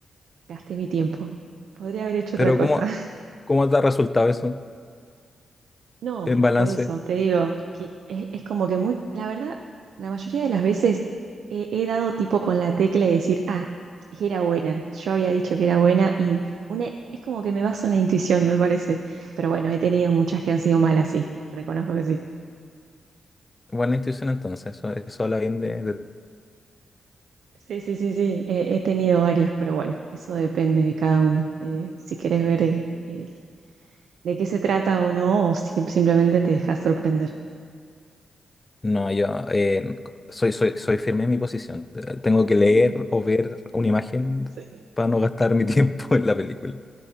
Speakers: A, on the right; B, on the left.
A: gasté mi tiempo. Podría haber hecho
B: Pero
A: otra cosa.
B: ¿cómo, cómo te ha resultado eso?
A: No,
B: En balance,
A: por eso te digo, que es, es como que muy, la verdad, la mayoría de las veces he, he dado tipo con la tecla de decir, ah, era buena, yo había dicho que era buena y una, es como que me baso en la intuición, me parece. Pero bueno, he tenido muchas que han sido malas, sí, reconozco que sí.
B: buena intuición entonces, eso, eso habla bien de... de-
A: Sí, sí, sí, sí, he, he tenido varias, pero bueno, eso depende de cada uno. eh, si querés ver eh, el- de qué se trata o no, o si- simplemente te dejas sorprender.
B: No, yo eh, soy, soy, soy firme en mi posición. Tengo que leer
A: <laughs>
B: o ver una imagen
A: Sí.
B: para no gastar mi tiempo <laughs> en la película.